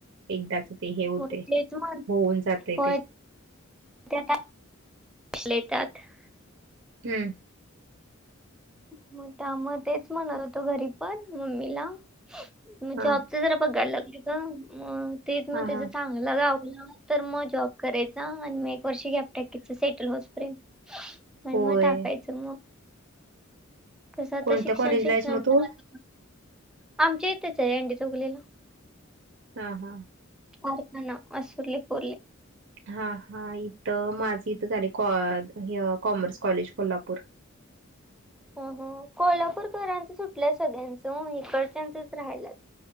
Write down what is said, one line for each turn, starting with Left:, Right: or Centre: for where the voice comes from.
Right: एकदाच ते हे होते.
Centre: हो तेच म्हण
Right: होऊन जातय
Centre: होय
Right: ते.
Centre: <unintelligible>
Right: हम्म.
Centre: म त्यामुळे तेच म्हणायलो होतो घरी पण मम्मीला म्हणजे म
Right: हा
Centre: जॉ - अस जरा बघायला लागले ग. म तेच मग
Right: हा
Centre: ते
Right: हा
Centre: ज चांगलं गावल - तर मग जॉब करायचा. आणि म एक वर्ष गॅप टाकायचा सेटल होइसपर्यंत. आणि
Right: होय
Centre: मग टाकायचं मग. कसं आता
Right: कोणत्या
Centre: शिक्षण
Right: कॉलेजला
Centre: शिक्षण,
Right: आहेस मग तू
Centre: <unintelligible> आमच्या इथंच आहे एंडी चौकलीला.
Right: हां. हां.
Centre: <unintelligible>
Right: हां. हां. इथं माझं इथं झाले कॉ कॉमर्स कॉलेज कोल्हापूर.
Centre: हो. हो. कोल्हापूरकरांचं सुटलंय सगळ्यांचं. इकडच्यांचच राहिलयेत.